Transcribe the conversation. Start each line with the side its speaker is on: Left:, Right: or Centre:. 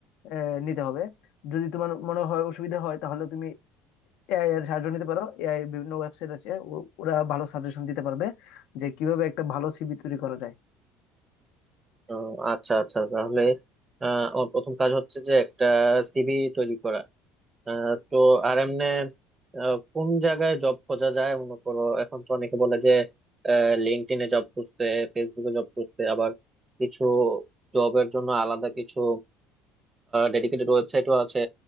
Left: আহ, নিতে হবে যদি তোমার মনে হয় অসুবিধা হয় তাহলে তুমি এআই এর সাহায্য নিতে পারো এআই বিভিন্ন ওয়েবসাইট আছে ও- ওরা ভালো সাজেশন দিতে পারবে যে কিভাবে একটা ভালো সিভি তৈরি করা যায়
Right: ও আচ্ছা আচ্ছা তাহলে আহ, আমার প্রথম কাজ হচ্ছে যে একটা সিভি তৈরি করা আহ, তো আর এমনি কোন জায়গায় জব খোঁজা যায় মনে করো এখন তো অনেকে বলে যে লিঙ্কডইনে জব খুঁজতে ফেসবুকে জব খুঁজতে আবার কিছু জবের জন্য আলাদা কিছু ডেডিকেটেড ওয়েবসাইটও আছে